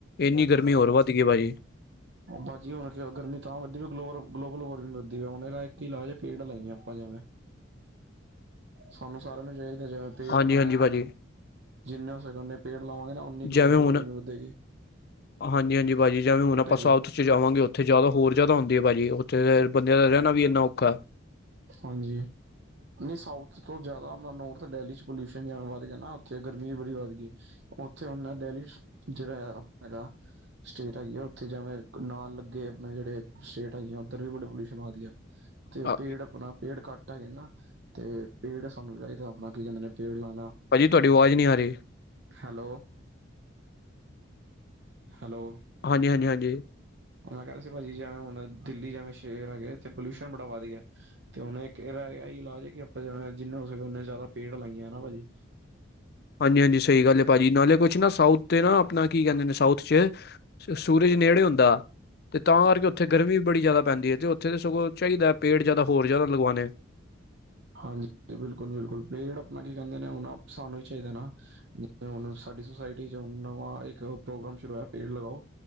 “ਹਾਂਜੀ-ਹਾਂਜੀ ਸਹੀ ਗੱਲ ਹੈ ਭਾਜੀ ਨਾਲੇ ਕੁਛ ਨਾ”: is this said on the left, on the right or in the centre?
Left